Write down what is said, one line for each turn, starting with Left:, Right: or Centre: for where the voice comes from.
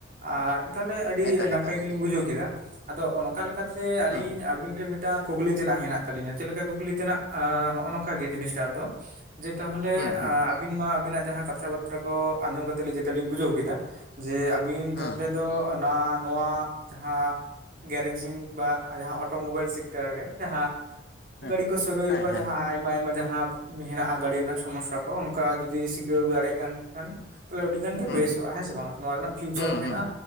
Right: ᱟᱨ ᱛᱟᱦᱞᱮ
Left: ᱮᱠᱟᱞ
Right: ᱱᱟᱯᱟᱭ
Left: ᱮᱠᱟᱞ
Right: ᱜᱮᱞᱤᱧ
Left: ᱮᱠᱟᱞ
Right: ᱵᱩᱡᱷᱟᱹᱣ ᱠᱮᱫᱟ᱾ ᱟᱫᱚ ᱚᱱᱠᱟ ᱞᱮᱠᱟᱛᱮ ᱟᱹᱞᱤᱧ
Left: ᱦᱩᱸ
Right: ᱟᱵᱤᱱ ᱴᱮᱱ ᱢᱤᱫᱴᱟᱝ ᱠᱩᱠᱞᱤ ᱛᱮᱱᱟᱜ ᱦᱮᱱᱟᱜ᱾ ᱛᱟᱞᱤᱧᱟ ᱪᱮᱫ ᱞᱮᱠᱟ ᱠᱩᱠᱞᱤ ᱛᱮᱱᱟᱜ ᱟ ᱦᱚᱜ-ᱚ ᱱᱚᱝᱠᱟ ᱜᱮ ᱡᱤᱱᱤᱥ ᱴᱟᱜ ᱫᱚ ᱡᱮ ᱛᱟᱦᱚᱞᱮ
Left: ᱦᱩᱸ ᱦᱩᱸ
Right: ᱟᱜ ᱵᱤᱱ ᱢᱟ ᱟᱵᱤᱱᱟᱜ ᱡᱟᱦᱟᱸ ᱠᱟᱛᱷᱟ ᱵᱟᱛᱨᱟ ᱠᱚ ᱟᱸᱡᱚᱢ ᱠᱟᱛᱮ ᱞᱮ ᱡᱮᱴᱟ ᱞᱤᱧ ᱵᱩᱡᱷᱟᱹᱣ ᱠᱮᱫᱟ ᱡᱮ ᱵᱤᱱ
Left: ᱦᱩᱸ
Right: ᱛᱟᱦᱚᱞᱮ ᱫᱚ ᱟᱸ ᱱᱚᱣᱟ ᱡᱟᱦᱟᱸ ᱜᱮᱨᱮᱡᱤᱝ ᱵᱟ ᱡᱟᱦᱟᱸ ᱚᱴᱳ ᱢᱳᱵᱟᱭᱤᱞ ᱥᱤ ᱛᱮᱨᱰᱮ ᱡᱟᱦᱟᱸ
Left: ᱦᱮᱸ
Right: ᱜᱟᱰᱤ
Left: ᱦᱮᱸ
Right: ᱠᱚ ᱥᱩᱨᱩᱭ
Left: ᱦᱮᱸ
Right: ᱵᱟ ᱡᱟᱦᱟᱸ ᱟᱭᱢᱟ ᱟᱭᱢᱟ ᱡᱟᱦᱟᱸ ᱦᱮᱱᱟᱜᱼᱟ ᱜᱟᱹᱰᱤ ᱨᱮᱱᱟᱜ ᱥᱚᱢᱚᱥᱼᱥᱟ ᱠᱚ ᱚᱱᱠᱟ ᱡᱚᱫᱤ ᱥᱤᱠᱟᱹᱣ ᱫᱟᱲᱮᱭᱟᱜ ᱠᱟᱱ ᱠᱷᱟᱱ ᱛᱟᱦᱚᱞᱮ ᱟᱹᱰᱤ ᱜᱟᱱ ᱜᱮ
Left: ᱦᱩᱸ
Right: ᱵᱮᱥᱚᱜᱼᱟ ᱦᱮᱸ ᱥᱮ ᱵᱟᱝ ᱱᱚᱣᱟ ᱨᱮᱱᱟᱜ ᱯᱷᱤᱭᱩᱪᱟᱨ
Left: ᱦᱩᱸ
Right: ᱦᱚᱸ ᱦᱮᱱᱟᱜ,
Left: ᱦᱩᱸ